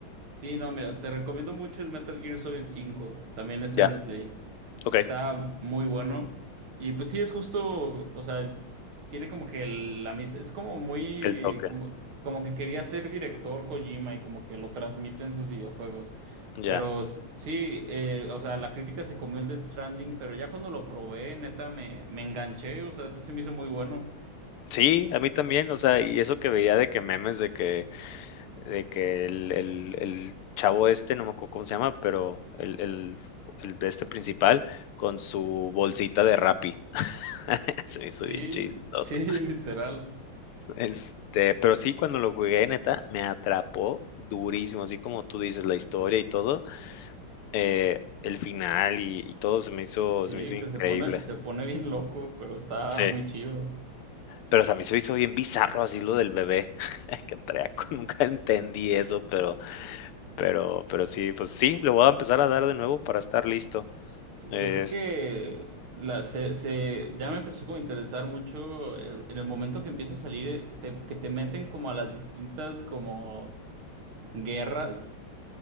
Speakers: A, on the right (about 75°); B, on the left (about 85°).
A: Sí, no, mira, te recomiendo mucho el Metal Gear Solid cinco. también está
B: Ya,
A: en el Play.
B: okey,
A: Está muy bueno. Y pues sí, es justo, o sea, tiene como que el- la misma, es como muy,
B: el toque,
A: como, como que quería ser director Kojima y como que lo transmite en sus videojuegos.
B: ya.
A: Pero s- sí, eh, o sea, la crítica se comió el Death Stranding, pero ya cuando lo probé, neta, me, me enganché, o sea, sí se me hizo muy bueno.
B: Sí, a mí también, o sea, y eso que veía de que memes de que de que el, el, el chavo este, no me acuerdo cómo se llama, pero el, el, el de este principal con su bolsita de Rappi. <laughs> Se me hizo
A: Sí,
B: bien chistoso.
A: sí, <laughs> literal.
B: Este, pero sí, cuando lo jugué, neta, me atrapó durísimo, así como tú dices, la historia y todo, eh, el final y, y todo se me hizo,
A: Sí,
B: se me hizo increíble.
A: que se pone, se pone bien loco, pero está
B: Sí.
A: muy chido.
B: Pero o sea, a mí se me hizo bien bizarro así lo del bebé <laughs> que traía, con- nunca entendí eso, pero Pero, pero sí, pues sí, le voy a empezar a dar de nuevo para estar listo.
A: Sí,
B: Es-
A: yo creo que la, se, se, ya me empezó como a interesar mucho el- en el momento que empieza a salir, eh, que te, que te meten como a las distintas como guerras,